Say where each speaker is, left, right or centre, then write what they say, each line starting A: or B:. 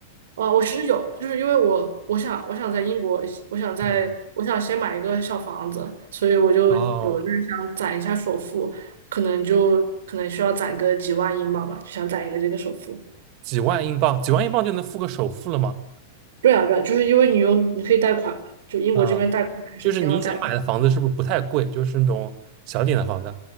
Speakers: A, on the right; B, on the right.
A: 哦，我其实有，就是因为我我想我想在英国，我想在我想先买一个小房子，
B: 嗯，
A: 所以我就有就是想攒一下首付，
B: 哦，
A: 可能就可能需要攒个几万英镑吧，就想攒一个这个首付。
B: 几万英镑，几万英镑就能付个首付了吗？
A: 对啊，对啊，就是因为你用你可以贷款嘛，就英国这边贷款还是挺好贷的。
B: 啊，就是你想买的房子是不是不太贵？就是那种小点的房子，